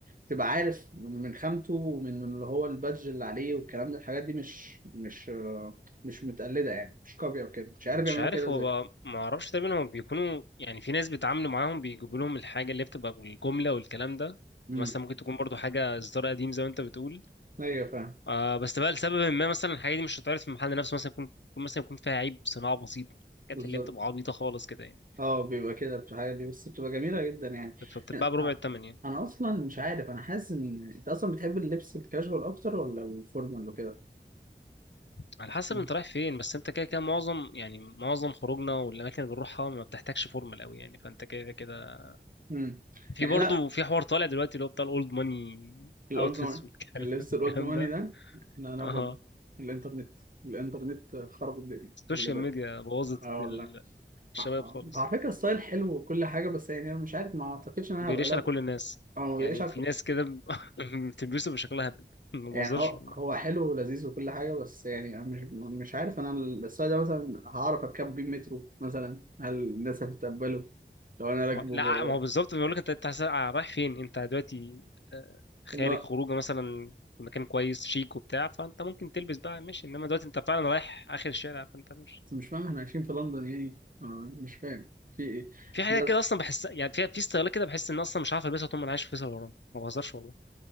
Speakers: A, on the right; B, on the left.
A: تبقى عارف من خامته ومن اللي هو البادج اللي عليه والكلام ده الحاجات دي مش مش آه، مش متقلده يعني مش كوبي او كده مش عارف
B: مش
A: يعملوا
B: عارف
A: كده ازاي
B: هو بقى ما اعرفش تقريبا هم بيكونوا يعني في ناس بيتعاملوا معاهم بيجيبوا لهم الحاجه اللي بتبقى بالجمله والكلام ده
A: امم
B: مثلا ممكن تكون برضو حاجه اصدار قديم زي ما انت بتقول
A: ايوه فاهم
B: آه بس بقى لسبب ما مثلا الحاجه دي مش هتعرف في المحل نفسه مثلا يكون يكون مثلا يكون فيها عيب صناعه بسيط الحاجات
A: بالظبط
B: اللي بتبقى عبيطه خالص كده يعني
A: اه بيبقى كده في الحاجة دي بس بتبقى جميلة جدا يعني
B: فبتتباع
A: أنا
B: بربع الثمن يعني
A: أنا أصلا مش عارف أنا حاسس إن أنت أصلا بتحب اللبس الكاجوال أكتر ولا الفورمال وكده؟
B: على حسب
A: مم.
B: انت رايح فين بس انت كده كده معظم يعني معظم خروجنا والاماكن اللي بنروحها ما بتحتاجش فورمال قوي يعني فانت كده كده
A: مم.
B: في
A: يعني
B: برضو
A: لأ
B: في حوار طالع دلوقتي اللي هو بتاع الاولد ماني
A: الأولد
B: اوتفيتس
A: ماني
B: والكلام
A: اللبس الأولد ماني
B: <laughs> ده
A: ده أنا أنا
B: اها
A: بقول الإنترنت الإنترنت خرب الدنيا
B: السوشيال
A: خلي بالك
B: ميديا بوظت
A: اه والله
B: ال- الشباب
A: آه.
B: خالص
A: على فكرة الستايل حلو وكل حاجة بس يعني أنا مش عارف ما أعتقدش إن أنا
B: بيليش
A: هبقى لا
B: على كل الناس
A: أو ما بيلاقيش
B: يعني في ناس كده ب- <laughs> بتلبسه بشكلها هبل ما
A: يعني
B: بهزرش
A: هو
B: والله
A: هو حلو ولذيذ وكل حاجة بس يعني أنا مش مش عارف أنا الساعة ده مثلا هعرف أركب بيه مترو مثلا هل الناس هتتقبله لو أنا راكبه
B: هو- لا
A: ب-
B: ما هو بالظبط بيقول لك انت انت حس- رايح فين انت دلوقتي آه، خارج
A: اللي هو
B: خروجه مثلا في مكان كويس شيك وبتاع فانت ممكن تلبس بقى ماشي انما دلوقتي انت فعلا رايح اخر الشارع فانت مش
A: بس مش فاهم إحنا عايشين في لندن يعني أنا مش فاهم في إيه
B: في حاجه
A: بس
B: كده اصلا بحس يعني في في استغلال كده بحس ان اصلا مش عارف البسها طول ما انا عايش في فيصل الغرام ما بهزرش والله